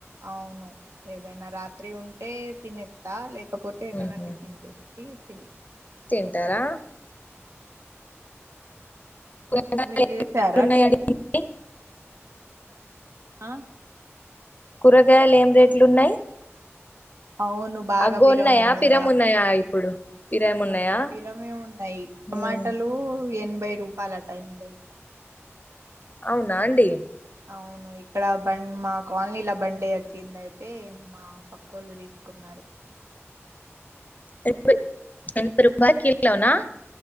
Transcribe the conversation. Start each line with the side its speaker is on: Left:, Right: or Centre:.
Right: అవును ఏదైనా రాత్రి ఉంటే తినేస్తా లేక లేకపోతే ఏదైనా
Left: ఉమ్హు.
Right: టిఫన్ చేసి తిన్
Left: తింటారా కూరగాయలు
Right: మీరుజేసార
Left: ఉన్నాయండి
Right: టిఫిన్ ఆ
Left: కూరగాయలు ఏం రేట్లున్నాయి
Right: అవును బాగా
Left: అగగోన్నాయా
Right: పిరము ఉన్నాయి
Left: పిరమ్
Right: కదా
Left: ఉన్నాయా ఇప్పుడు పిరం ఉన్నాయా
Right: ఆ పిరమే ఉన్నాయి టమాటలు
Left: ఉమ్.
Right: ఎన్ భై రూపాలటా ఎన్బై
Left: అవునా అండి
Right: అవును ఇక్కడ బం మా కాలనీల బండే వచ్చిందయితే మా పక్కోళ్ళు తీసుకున్నారు
Left: ఏనబై ఎనబై రూపాలకు కిలోనా